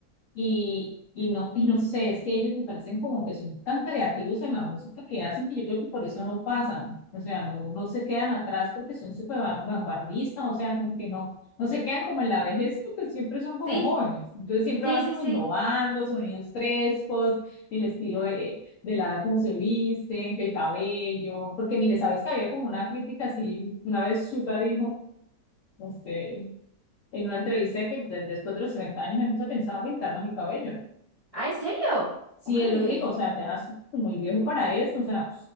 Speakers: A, on the left; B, on the right.
A: Y, y no, y no sé, es que ellos me parecen como que son tan creativos en la música que hacen que yo creo que por eso no pasan, o sea, no, no se quedan atrás porque son súper van- vanguardistas, o sea, como que no, no se quedan como en la vejez, sino que siempre son como
B: Sí,
A: jóvenes, entonces siempre
B: sí,
A: van
B: sí,
A: como
B: sí.
A: innovando, sonidos frescos, el estilo de, de la, cómo se visten, que el cabello, porque mire, sabes que había como una crítica así, una vez Suga dijo, este, en una entrevista que de- después de los 30 años él no se pensaba pintarnos el cabello.
B: Ah, ¿en serio?
A: Si
B: Órale.
A: él lo dijo, o sea, ya es muy viejo para eso, o sea,